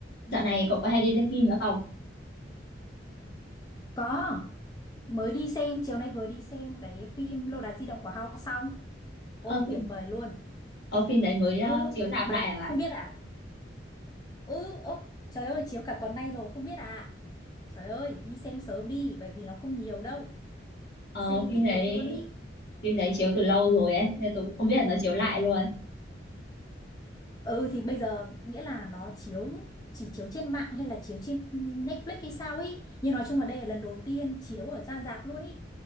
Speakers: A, on the left; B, on the left.
A: Dạo này cậu có hay đi xem phim nữa không?
B: Có, mới đi xem, chiều nay vừa đi xem cái phim Lâu đài di động của Hao xong. Ôi
A: Ờ, phim,
B: tuyệt vời luôn.
A: ờ, phim đấy mới
B: Ừ,
A: ờ, chiếu rạp
B: bài
A: lại à bạn?
B: không biết à? Ừ, ơ, trời ơi chiếu cả tuần nay rồi không biết à? Trời ơi, đi xem sớm đi bởi vì nó không nhiều đâu.
A: Ờ,
B: Xem
A: phim
B: thích
A: đấy
B: cực luôn ý.
A: phim đấy chiếu từ lâu rồi ấy, nên tôi cũng không biết là nó chiếu lại luôn.
B: Ừ thì bây giờ nghĩa là nó chiếu chỉ chiếu trên mạng hay là chiếu trên Netflix hay sao ấy. Nhưng nói chung là đây là lần đầu tiên chiếu ở ra rạp luôn ý